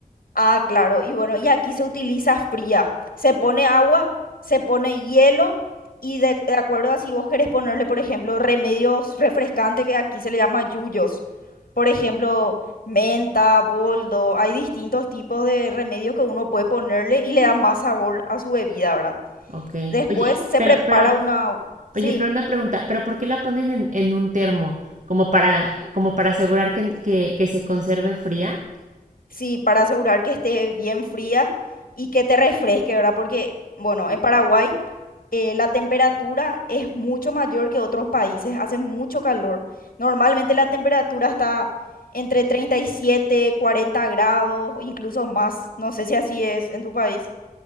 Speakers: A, on the left (about 65°); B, on the right (about 55°).
A: Ah, claro. Y bueno, y aquí se utiliza fría. Se pone agua, se pone hielo y de, de acuerdo a si vos querés ponerle, por ejemplo, remedios refrescantes que aquí se le llama yuyos. Por ejemplo, menta, boldo. Hay distintos tipos de remedios que uno puede ponerle y le da más sabor a su bebida, ¿verdad?
B: Ok.
A: Después
B: Oye,
A: se
B: pero,
A: prepara
B: pero,
A: una... Sí,
B: oye, pero una pregunta, ¿pero por qué la ponen en, en un termo? ¿Como para, como para asegurar que, que, que se conserve fría?
A: sí, para asegurar que esté bien fría y que te refresque, ¿verdad? Porque, bueno, en Paraguay... eh, la temperatura es mucho mayor que otros países, hace mucho calor. Normalmente la temperatura está entre 37, 40 grados, incluso más. No sé si así es en tu país.